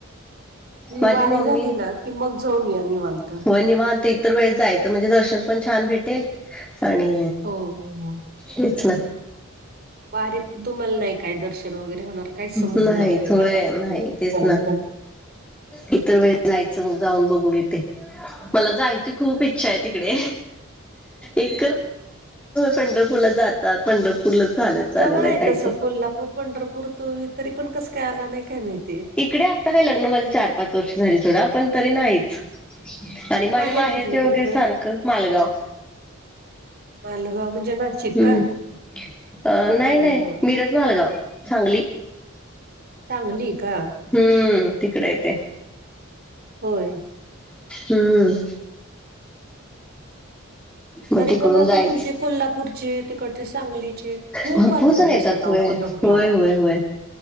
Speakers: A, on the right (about 50°); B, in the centre.
A: ही
B: माझी
A: वारी
B: मम्मी
A: झाली ना की मग जाऊन या निवांत.
B: हो निवांती इत वेळ जायचं म्हणजे दर्शन पण छान भेटेल आणि
A: हो
B: तीच ना
A: वारी तुम्हाला नाही काय दर्शन वगैरे होणार काहीच समजणार
B: नाही होय
A: वारीत.
B: नाही तेच ना इतर वेळ जायचं मग जाऊन बघून इथे मला जायचं ती खूप इच्छा आहे तिकडे एक पंढरपूरला जातात पंढरपूरला झालं झालं
A: जवळ
B: नाही
A: आहे
B: जायचं
A: तसं कोल्हापूर पंढरपूर तो तरी पण कसं काय आला नाही काय माहितीय
B: इकडे आत्ता काय लग्न माझे चार पाच वर्ष झाली सोडा पण तरी नाहीच आणि माझ्या
A: माहेर
B: माहेरचे
A: कुठलं
B: वगैरे
A: तुमचं
B: सारखं मालगाव
A: मालगाव म्हणजे नाशिक
B: हम्म
A: का
B: अ नाही
A: ह
B: नाही
A: ह
B: मिरज मालगाव सांगली
A: सांगली का
B: हम्म तिकडे येते
A: होय
B: हम्म
A: तरी
B: मग तिकडून
A: पण आता
B: जायच
A: तुमचे कोल्हापूरचे ते सांगलीचे खूप
B: भरपूर
A: वारकरी
B: जण येतात
A: असतात
B: होय
A: पंढपूरला
B: होय होय होय